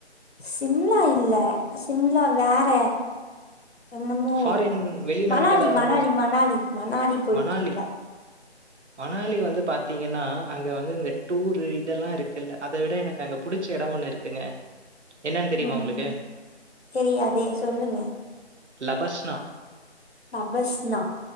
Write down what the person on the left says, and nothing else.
சிம்லா இல்ல சிம்லா வேற என்னமோ
ஒரு ஊரு
மணாடி
மணாடி மணாலி மணாலி போயிட்டுருந்த
உம்
சரி அதேயே சொல்லுங்க
தபஸ்னா